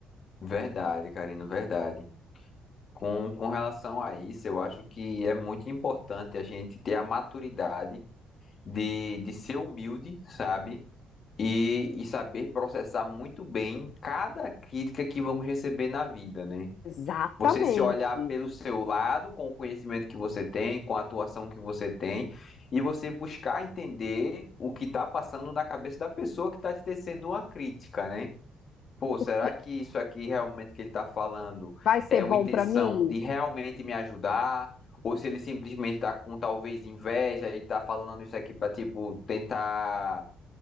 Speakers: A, on the left (about 40°); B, on the left (about 55°).
A: verdade, Karina, verdade. Com, com relação a isso, eu acho que é muito importante a gente ter a maturidade de, de ser humilde, sabe? E, e saber processar muito bem cada crítica que vamos receber na vida, né?
B: Exatamente.
A: Você se olhar pelo seu lado, com o conhecimento que você tem, com a atuação que você tem, e você buscar entender o que está passando na cabeça da pessoa que está te tecendo uma crítica, né? Pô,
B: Porque
A: será que isso aqui realmente que ele está falando
B: vai ser
A: é uma
B: bom
A: intenção
B: para mim?
A: de realmente me ajudar? Ou se ele simplesmente está com talvez inveja e está falando isso aqui para tipo, tentar